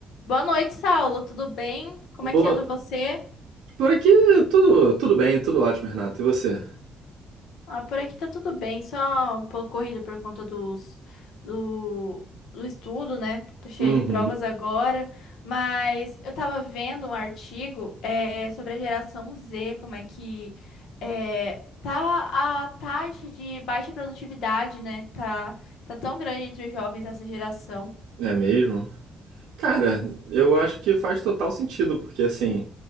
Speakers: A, on the left; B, on the right.
A: Boa noite, Saulo. Tudo bem? Como
B: Boa.
A: é que anda você?
B: Por aqui tudo, tudo bem, tudo ótimo, Renato. E você?
A: Ah, por aqui tá tudo bem, só um pouco corrido por conta dos, do, do estudo, né? Tô cheia
B: Uhum.
A: de provas agora, mas eu tava vendo um artigo é, sobre a geração Z, como é que é, tá a taxa de baixa produtividade, né? Tá, tá tão grande entre os jovens dessa geração.
B: É mesmo? Cara, eu acho que faz total sentido, porque assim,